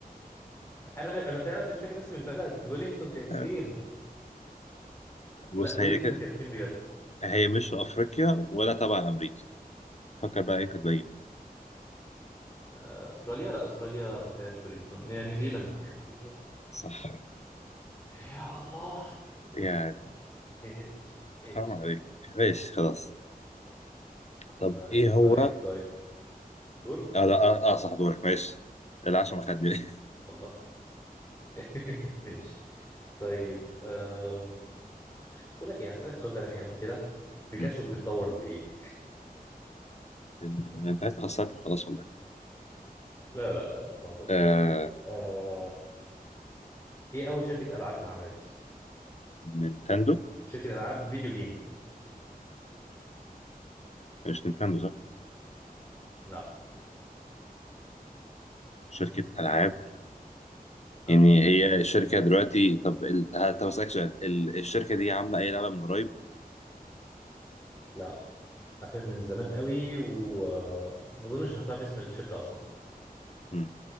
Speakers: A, on the left (about 20°); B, on the left (about 45°).
A: انا انا فعلا مش فاكر اسم البلد ويلينغتون كانت فين
B: عم <laughs> بص
A: لا ويلينغتون
B: هي كده
A: كانت فين بجد
B: هي مش افريقيا ولا تبع امريكا فكر بقى ايه في الباقيين
A: آه، استراليا لا استراليا ما فيهاش ويلينغتون يا نيوزيلاند يخرب بيت كده
B: صح
A: يا الله
B: يعني
A: <laughs> ايش ايش
B: حرام عليك ماشي خلاص طب
A: طيب
B: ايه هو
A: طيب طيب دوري
B: اه لا اه, آه صح دورك ماشي العشاء ما خدني
A: والله <laughs> ماشي طيب أم... بقول لك يعني اسالك السؤال ده على خامه كده بيكاتشو
B: <laughs>
A: بيتطور ليه
B: مم. انت عايز تخسرني خلاص والله
A: لا لا لا لا بهزر بهزر
B: آه...
A: آه... ايه اول شركه العاب اتعملت
B: نينتندو
A: شركة ألعاب فيديو جيم
B: مش نينتندو صح
A: لا
B: شركة العاب
A: اه
B: يعني هي الشركة دلوقتي طب ال... ه- طب أسألك سؤال ال... الشركة دي عاملة أي لعبة من قريب؟
A: لا قفلت من زمان قوي وما أظنش هتعرف اسم الشركة أصلا
B: مم.